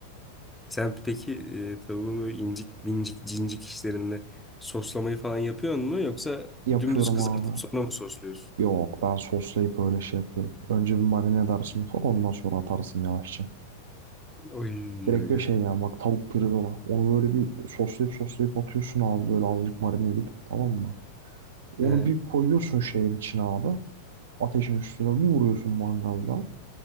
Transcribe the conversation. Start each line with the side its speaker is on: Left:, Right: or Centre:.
Centre: sen peki e, tavuğun böyle incik bincik, cincik işlerinde soslamayı falan yapıyor mu yoksa
Right: Yapıyorum
Centre: dümdüz kızartıp
Right: abi.
Centre: sonra mı sosluyorsun?
Right: Yok ben soslayıp öyle şey yapıyorum. Önce bir marine edersin ufak ondan sonra atarsın yavaşça.
Centre: Oy,
Right: Direkt
Centre: oy,
Right: bir şey
Centre: oy.
Right: ya bak tavuk pirzola. Onu böyle bir soslayıp soslayıp atıyorsun abi böyle azıcık marine edip tamam mı? Onu
Centre: He,
Right: bir koyuyorsun şeyin içine abi. Ateşin üstüne bir vuruyorsun mangalda.